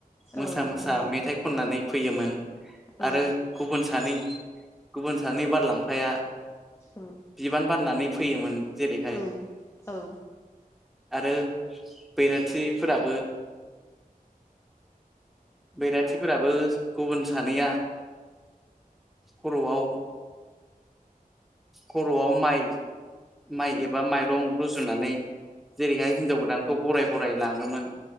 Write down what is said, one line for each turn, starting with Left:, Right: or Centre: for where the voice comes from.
Centre: मोसा
Left: औ
Centre: मोसा
Left: नंगौ
Centre: मेथाइ खननानै फैयोमोन
Left: औ
Centre: आरो गुबुन सानै। गुबुन सानै बारलांफाया
Left: औ
Centre: बिबान बाननानै फैयोमोन। जेरैहाय
Left: औ औ।
Centre: आरो बैराथिफोराबो। बैराथिफोराबो गुबुन सानैया। खर'आव। खर'आव माइ माइ एबा माइरं रुजुनानै। जेरैहाय हिन्जाव गोदानखौ बराय बराय लाङोमोन।